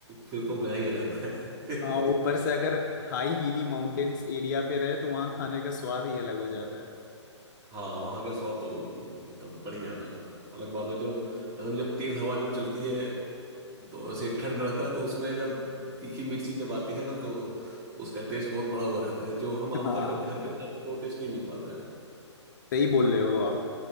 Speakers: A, on the right (about 20°); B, on the left (about 40°).
A: फिर तो मजा ही आ जाता है
B: हाँ ऊपर से अगर
A: <laughs>
B: हाई हीली माउंटेन्स एरिया पे रहे तो वहाँ खाने का स्वाद ही अलग हो जाता है
A: हाँ वहाँ का स्वाद तो मतलब बढ़ ही जाता है अलग बात है जब असम जब तेज हवा जब चलती है तो ऐसे ठंड रहता है तो उसमें जब तीखी मिर्ची जब आती है ना तो उसका टेस्ट बहुत बड़ा हुआ रहता है जो हम आमतौर
B: हाँ
A: पर घर पे खाते हैं तो वो टेस्ट नहीं मिल पाता है
B: सही बोल रहे हो आप